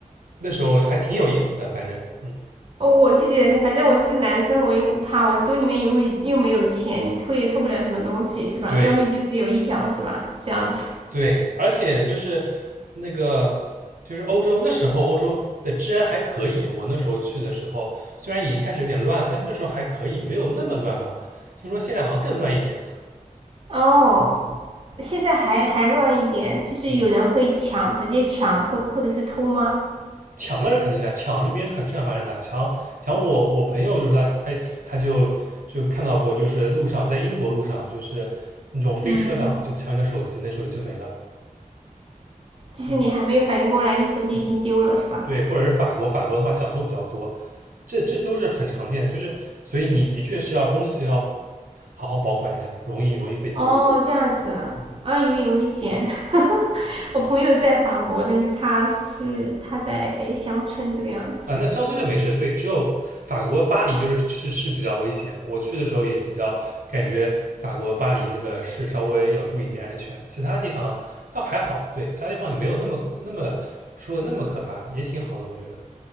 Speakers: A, on the right (about 80°); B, on the right (about 40°).
A: 那时候还挺有意思的，反正嗯，
B: 哦，我就觉得反正我是男生，我又不怕，我兜里面又没又没有钱，你偷也偷不了什么东西是吧？
A: 对。
B: 要么你就只有一条是吧？这样子。
A: 对，而且就是那个，就是欧洲那时候欧洲的治安还可以。我那时候去的时候，虽然已经开始有点乱了，但是那时候还可以，没有那么乱吧。听说现在好像更乱一点。
B: 哦，
A: 嗯
B: 现在还还乱一点，就是有人会抢，
A: 嗯，
B: 直接抢或或者是偷吗？
A: 抢那是肯定的，抢这边是很正常发生的。抢抢我我朋友就说他他他就就看到过，就是路上在英国路上就是那种飞车党就抢你的手机，
B: 嗯，
A: 那手机就没了。
B: 就是你还没有反应过来，
A: 嗯
B: 你手机已经丢了是吧？
A: 嗯。对，或者是法国，法国的话小偷比较多，这这都是很常见的，就是所以你的确是要东西要好好保管一下，容易容易被偷。
B: 哦，这样子啊，
A: 嗯
B: 啊，有点危险。<laughs> 我朋友在法国，但是他是他在乡村这个样子。
A: 啊，那乡村就没事，对，只有法国巴黎就是是是比较危险。我去的时候也比较感觉法国巴黎那个是稍微要注意点安全，其他地方倒还好，对，其他地方也没有那么那么说的那么可怕，也挺好的，我觉得。